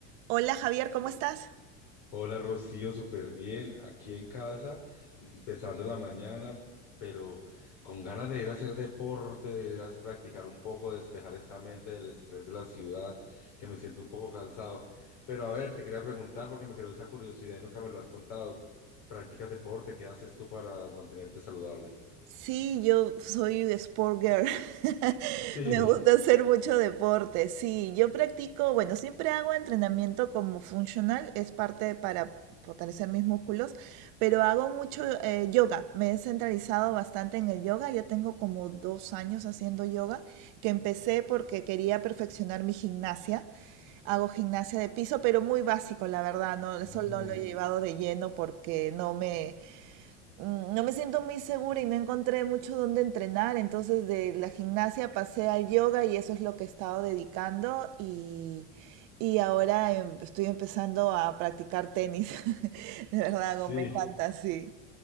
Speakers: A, on the right (about 65°); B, on the left (about 65°).
A: Hola Javier, ¿cómo estás?
B: Hola Rocío, súper bien, aquí en casa, empezando la mañana, pero con ganas de ir a hacer deporte, de ir a practicar un poco, despejar esta mente del estrés de la ciudad, que me siento un poco cansado. Pero a ver, te quería preguntar porque me creó esa curiosidad y nunca me lo has contado. ¿Practicas deporte? ¿Qué haces tú para mantenerte saludable? <laughs>
A: Sí, yo soy sport girl. <laughs>
B: Sí,
A: Me gusta hacer mucho deporte. Sí, yo practico, bueno, siempre hago entrenamiento como funcional, es parte para fortalecer mis músculos, pero hago mucho eh, yoga. Me he centralizado bastante en el yoga. Ya tengo como dos años haciendo yoga, que empecé porque quería perfeccionar mi gimnasia. Hago gimnasia de piso, pero muy básico, la verdad, no, eso
B: Oh,
A: no lo he llevado de lleno porque no me, Mm, No me siento muy segura y no encontré mucho donde entrenar, entonces de la gimnasia pasé al yoga y eso es lo que he estado dedicando y, y ahora em, estoy empezando a practicar tenis. <laughs> De verdad,
B: sí,
A: como me encanta, sí.